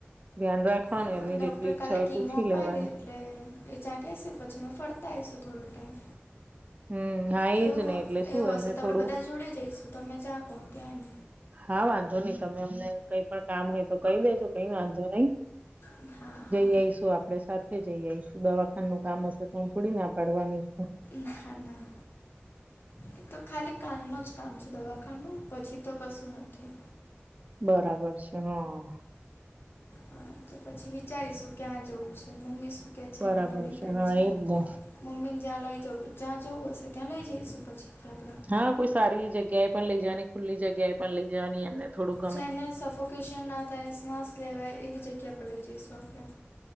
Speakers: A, on the right; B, on the left.
A: ધ્યાન રાખવાનું.
B: હવે
A: એમની
B: ડૉક્ટર
A: જેટલી ઈચ્છા
B: કાલે
A: હોય
B: કીમો
A: પૂછી
B: અપાઈ
A: લેવાનું
B: દે એટલે એ જ્યાં કહેશે પછી અમેં ફરતા આઈશું થોડો ટાઈમ.
A: હમ હા એજ
B: એવું
A: ને એટલે શું
B: એવું
A: એમને
B: હશે તો આપણેે
A: થોડું
B: બધા જોડે જઈશું તમે જ્યાં કહો ત્યાં એમ.
A: હા વાંધો નઈ. તમે અમને કંઈ પણ કામ હોય તો કઈ દેજો. કંઈ વાંધો નહીં.
B: એમ હા હા
A: જઈ આઈશું આપણે સાથે. જઈ આવીશું, દવાખાનું કામ હશે તો હું થોડી ના પાડવાની છું.
B: ના ના. એ તો ખાલી કાલનુ જ કામ છે દવાખાનું. પછી તો કશું નથી
A: બરાબર છે હમ્મ.
B: હા તો પછી વિચારીશું ક્યાં જવું છે. મમ્મી શું કે છે
A: બરાબર
B: એના પર ડિપેન્ડ
A: હા
B: છે.
A: એજ ને
B: મમ્મીને જ્યાં લઈ જ્યાં જવું હશે ત્યાં લઈ જઈશું, પછી થી આપણે.
A: હા કોઈ સારી જગ્યાએ પણ લઈ જવાની ખુલ્લી જગ્યાએ પણ લઈ જવાની એમને થોડું ગમે
B: જેમને સફોકેશન ના થાય શ્વાસ લેવાય એવી જગ્યા પર લઈ જઈશું આપણે